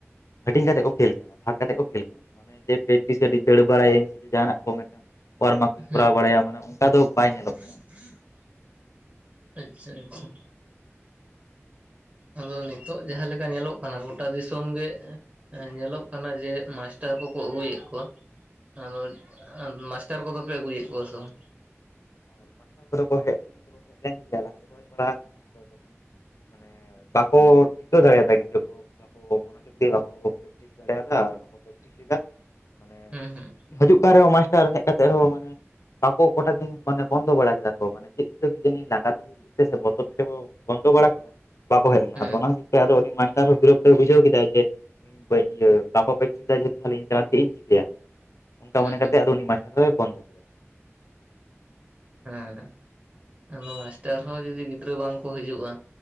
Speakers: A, on the left (about 85°); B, on the right (about 30°).
A: ᱦᱟᱹᱴᱤᱧ ᱠᱟᱛᱮᱫ ᱠᱚ ᱠᱷᱮᱞ ᱠᱟᱱᱟ ᱵᱷᱟᱜᱽ ᱠᱟᱛᱮᱫ ᱠᱚ ᱠᱷᱮᱞ ᱠᱟᱱᱟ᱾ ᱢᱟᱱᱮ ᱡᱮ ᱯᱮᱠᱴᱤᱥ ᱠᱟᱹᱴᱤᱡ ᱫᱟᱹᱲ ᱵᱟᱲᱟ ᱭᱟᱹᱧ ᱥᱮ ᱪᱮᱫ ᱡᱟᱦᱟᱱᱟᱜ ᱠᱚ ᱢᱮᱫᱴᱟᱝ ᱚᱣᱟᱨ ᱢᱟᱠ ᱠᱚᱧ
B: ᱦᱩᱸ
A: ᱠᱚᱨᱟᱣ ᱵᱟᱲᱟᱭᱟ ᱢᱟᱱᱮ ᱚᱱᱠᱟ ᱫᱚ ᱵᱟᱭ ᱧᱮᱞᱚᱜ ᱠᱟᱱᱟ᱾
B: <unintelligible> ᱟᱪᱪᱷᱟ ᱟᱪᱪᱷᱟ, ᱟᱫᱚ ᱱᱤᱛᱚᱜ ᱡᱟᱦᱟᱸ ᱞᱮᱠᱟ ᱧᱮᱞᱚᱜ ᱠᱟᱱᱟ ᱜᱳᱴᱟ ᱫᱤᱥᱚᱢ ᱜᱮ ᱧᱮᱞᱚᱜ ᱠᱟᱱᱟ ᱡᱮ ᱢᱟᱥᱴᱟᱨ ᱠᱚᱠᱚ ᱟᱹᱜᱩᱭᱮᱫ ᱠᱚᱣᱟ, ᱟᱫᱚ ᱚᱡ ᱢᱟᱥᱴᱟᱨ ᱠᱚᱫᱚ ᱯᱮ ᱟᱹᱜᱩᱭᱮᱫ ᱠᱚᱣᱟ ᱥᱮ ᱵᱟᱝ?
A: ᱟᱨ ᱢᱟᱥᱴᱟᱨ ᱠᱚᱫᱚ ᱠᱚ ᱦᱮᱡ ᱞᱮᱱ ᱛᱮᱠᱚ ᱦᱮᱡ ᱞᱮᱱ ᱜᱮᱭᱟ ᱞᱟᱦᱟ ᱛᱮᱠᱚ ᱦᱮᱡ ᱵᱟᱲᱟ ᱟᱠᱟᱱᱟ, ᱟᱫᱚ ᱛᱚᱠᱷᱚᱱ ᱢᱟᱱᱮ ᱵᱟᱠᱚ ᱴᱤᱠᱟᱹᱣ ᱫᱟᱲᱮ ᱭᱟᱫᱟ ᱜᱤᱫᱽᱨᱟᱹ ᱠᱚ, ᱵᱟᱠᱚ ᱢᱚᱱᱚ ᱡᱳᱜ ᱫᱤᱭᱮ ᱵᱟᱠᱚ ᱯᱮᱠᱴᱤᱥ ᱫᱟᱲᱮᱭᱟ ᱫᱟ ᱟᱨ ᱵᱟᱠᱚ ᱯᱮᱠᱴᱤᱥ ᱞᱮᱫᱟ᱾ ᱢᱟᱱᱮ
B: ᱦᱩᱸ
A: ᱦᱳᱡᱩᱜ ᱠᱟᱱ ᱨᱮᱦᱚᱸ ᱢᱟᱥᱴᱟᱨ ᱦᱮᱡ ᱠᱟᱛᱮ ᱨᱮᱦᱚᱸ ᱢᱟᱱᱮ ᱵᱟᱠᱚ ᱠᱚᱴᱟ ᱫᱤᱱ ᱢᱟᱱᱮ ᱵᱚᱱᱫᱚ ᱵᱟᱲᱟ ᱠᱮᱫᱟ ᱠᱚ ᱢᱟᱱᱮ ᱪᱮᱫ ᱛᱮᱪᱚ ᱠᱤᱡᱟᱹᱱᱤ ᱞᱟᱸᱜᱟ ᱛᱮ ᱪᱚ ᱪᱮᱫ ᱛᱮ ᱵᱚᱛᱚᱨ ᱛᱮ ᱪᱚ ᱠᱚ ᱵᱚᱱᱫᱚ ᱵᱟᱲᱟ ᱠᱮᱫᱟ᱾ ᱵᱟᱠᱚ ᱦᱮᱡ ᱞᱮᱱᱟ
B: ᱦᱩᱸ
A: ᱟᱫᱚ ᱚᱱᱟ ᱠᱷᱟᱹᱛᱤᱨ ᱛᱮ ᱟᱫᱚ ᱩᱱᱤ ᱢᱟᱥᱴᱟᱨ ᱦᱚᱸ ᱵᱤᱨᱚᱠ ᱛᱚᱭ ᱵᱩᱡᱷᱟᱹᱣ ᱠᱮᱫᱟᱭ ᱡᱮ <unintelligible> ᱤᱭᱟᱹ ᱵᱟᱠᱚ ᱯᱮᱠᱴᱤᱥ ᱫᱟ ᱡᱮᱦᱮᱛᱩ ᱤᱧ ᱪᱟᱞᱟ ᱠᱟᱛᱮᱫ ᱪᱮᱫ ᱤᱧ ᱪᱤᱠᱟᱹᱭᱟ? ᱚᱱᱠᱟ
B: ᱦᱩᱸ ᱦᱩᱸ
A: ᱢᱚᱱᱮ ᱠᱟᱛᱮ
B: ᱦᱩᱸ
A: ᱟᱫᱚ ᱩᱱᱤ ᱢᱟᱥᱴᱟᱨ ᱦᱚᱭ ᱵᱚᱱᱫᱚ ᱠᱮᱫᱟ
B: ᱦᱮᱸ, ᱟᱫᱚ ᱢᱟᱥᱴᱟᱨ ᱦᱚᱸ ᱡᱩᱫᱤ ᱜᱤᱫᱽᱨᱟᱹ ᱵᱟᱝ ᱠᱚ ᱦᱤᱡᱩᱜᱼᱟ